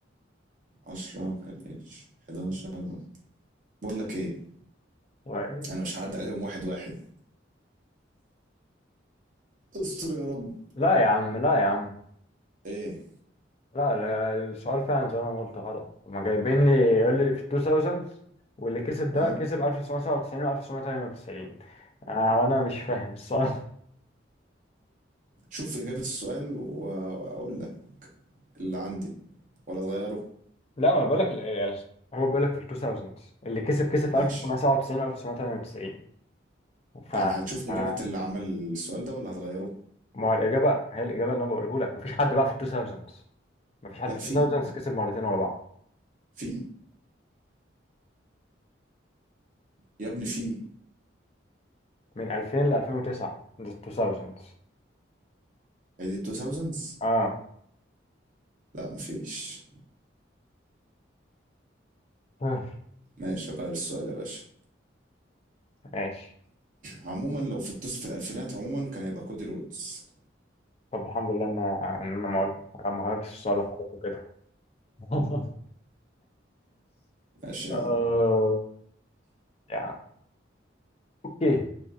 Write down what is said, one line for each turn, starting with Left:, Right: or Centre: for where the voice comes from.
Right: 10 كان اتش 11 بقول لك ايه
Left: Right.
Right: انا مش هعدي عليهم واحد واحد استر يا رب
Left: لا يا عم لا يا عم
Right: ايه
Left: لا لا، السؤال فعلا زي ما أنا قلت غلط هما جايبين لي يقول لي في 2000s واللي كسب ده
Right: اه
Left: كسب 1997 و 1998 آه، وأنا مش فاهم السؤال <laughs>
Right: شوف إجابة السؤال وأقول لك اللي عندي ولا تغيره
Left: لا ما انا بقول لك ال- هو بيقول لك في ال 2000s اللي كسب كسب في
Right: ماشي
Left: 1997 و 1998 ف
Right: يعني هتشوف إجابة
Left: آه،
Right: اللي عمل السؤال ده ولا هتغيره
Left: ما هو الإجابة هي الإجابة اللي أنا بقوله لك مفيش حد بقى في ال 2000s مفيش حد
Right: لا
Left: في
Right: في
Left: ال 2000s كسب مرتين ورا بعض
Right: في يا ابني في
Left: من 2000 ل 2009 ده ال 2000s
Right: هي دي 2000s
Left: آه
Right: لا مفيش
Left: آه،
Right: ماشي غير السؤال يا باشا
Left: ماشي
Right: عموما لو في التصف في الألفينات عموما كان هيبقى كودي رودز
Left: طب الحمد لله إن إن أنا ما قلت ما غيرتش السؤال خالص وكده <laughs>
Right: ماشي يا
Left: آه
Right: عم
Left: يعني أوكي